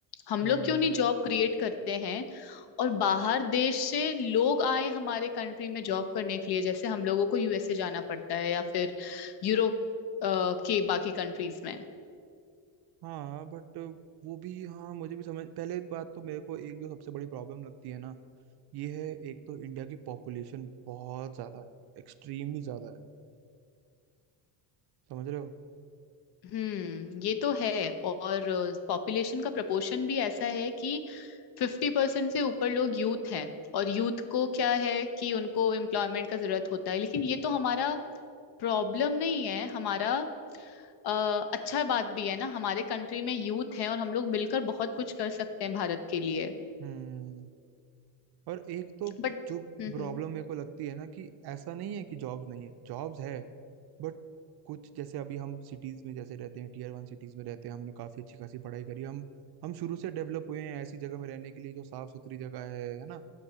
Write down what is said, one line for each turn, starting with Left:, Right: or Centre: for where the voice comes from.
Left: हम
Right: हम्म
Left: लोग क्यों नहीं जॉब क्रिएट करते हैं और बाहर देश से लोग आए हमारे कंट्री में जॉब करने के लिए जैसे हम लोगों को यूएसए जाना पड़ता है या फिर यूरोप अ, के बाकी कंट्रीज में
Right: हाँ बट वो भी हाँ मुझे भी समझ पहले बात तो मेरे को एक जो सबसे बड़ी प्रॉब्लम लगती है ना ये है एक तो इंडिया की पॉपुलेशन बहुत ज्यादा है एक्सट्रीमली ज्यादा है समझ रहे हो
Left: हम्म ये तो है और पॉपुलेशन का प्रपोर्शन भी ऐसा है कि फिफ्टी परसेंट से ऊपर लोग यूथ हैं और यूथ को क्या है कि उनको एम्प्लॉयमेंट का जरूरत होता है लेकिन ये तो हमारा प्रॉब्लम नहीं है हमारा अ, अच्छा बात भी है ना हमारे कंट्री में यूथ हैं और हम लोग मिलकर बहुत कुछ कर सकते हैं भारत के लिए
Right: हम्म और एक तो
Left: बट
Right: जो
Left: हम्म
Right: प्रॉब्लम मेरे को लगती है ना कि ऐसा नहीं है कि जॉब्स नहीं है जॉब्स है बट कुछ जैसे अभी हम सिटीज में जैसे रहते हैं टीयर वन सिटीज में रहते हैं हमने काफी अच्छी खासी पढ़ाई करी हम हम शुरू से डेवलप हुए हैं ऐसी जगह में रहने के लिए जो साफ सुथरी जगह है है ना